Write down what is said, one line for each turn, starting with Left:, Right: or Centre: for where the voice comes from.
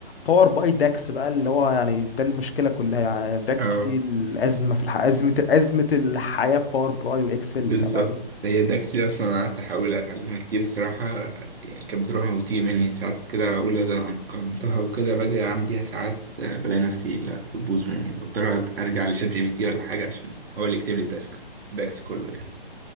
Left: باور باي داكس بقى اللي هو يعني ده المشكله كلها يعني داكس
Right: اه
Left: دي الازمه في الح... ازمه ازمه الحياه في باور باي واكسل
Right: بالظبط
Left: كمان
Right: هي داكسي اصلا انا قعدت احاول اتعلمها كتير الصراحه يعني كانت بتروح يعني وتيجي مني ساعات كده اقول لا ده انا اتقنتها وكده باجي اعمل بيها ساعات آه، بلاقي نفسي لا بتبوظ مني وبضطر أت- ارجع لشات جي بي تي ولا حاجه عشان هو اللي يكتب لي الداسك الداكس كله يعني